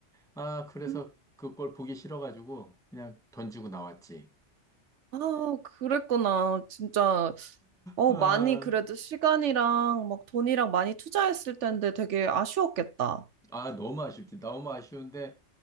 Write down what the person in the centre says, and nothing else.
아, 그래서
그걸 보기 싫어가지고 그냥 던지고 나왔지.
아,
아, 너무 아쉽지. 너무 아쉬운데,